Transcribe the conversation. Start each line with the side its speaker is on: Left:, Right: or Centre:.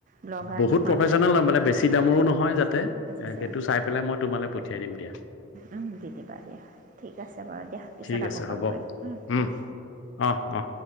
Right: ব্লগাৰ
Left: বহুত
Right: নহয়
Left: প্ৰফেচনেল
Right: বা এনেকুৱা
Left: নহয় বেছি
Right: আৰু
Left: দামৰো
Right: উম,
Left: নহয় যাতে
Right: বুজিছোঁ
Left: সেইটো চাই পেলাই মই তোমালৈ পঠিয়াই দিম দিয়া
Right: উম দি দিবা দিয়া ঠিক আছে বাৰু দিয়া পিছত
Left: ঠিক
Right: আকৌ
Left: আছে হ'ব
Right: কল কৰিম হুম
Left: উম অ অ